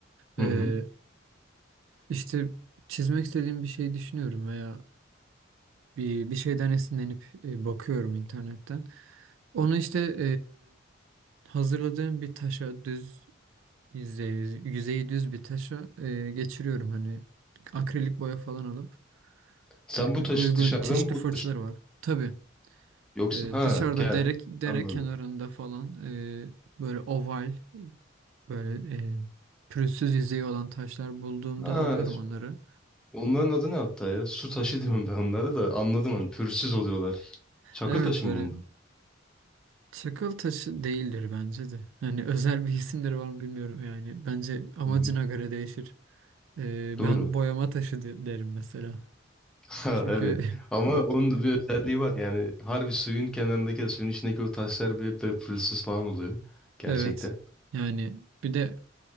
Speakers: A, in the centre; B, on the right (about 85°).
A: Hı
B: Ee,
A: hı.
B: işte çizmek istediğim bir şey düşünüyorum veya bir, bir şeyden esinlenip e, bakıyorum internetten. Onu işte e, hazırladığım bir taşa düz yüzeyi, yüzeyi düz bir taşa e, geçiriyorum hani akrilik boya falan alıp
A: Sen
B: e,
A: bu taşı
B: uygun
A: dışarıdan
B: çeşitli
A: mı buluyorsun?
B: fırçaları var. Tabii
A: Yoksa
B: e,
A: ha
B: dışarıda
A: ke-
B: dere dere
A: anladım.
B: kenarında falan e, böyle oval böyle e, pürüzsüz yüzeyi olan taşlar bulduğumda
A: Ha
B: alıyorum onları.
A: Onların adı ne hatta ya? Su taşı diyorum ben onlara da anladım hani pürüzsüz oluyorlar. Çakıl
B: Evet
A: taşı
B: böyle
A: mı bunlar?
B: Çakıl taşı değildir bence de. Hani özel bir isimleri var mı bilmiyorum yani. Bence amacına
A: Hı-hı.
B: göre değişir. Ee,
A: Doğru.
B: ben boyama
A: <laughs>
B: taşı de- derim mesela.
A: Ha,
B: Çünkü
A: evet.
B: <laughs>
A: Ama
B: evet.
A: onun da bir özelliği var. Yani harbi suyun kenarındaki, suyun içindeki o taşlar bile hep böyle pürüzsüz falan oluyor. Gerçekten.
B: Evet. Yani bir de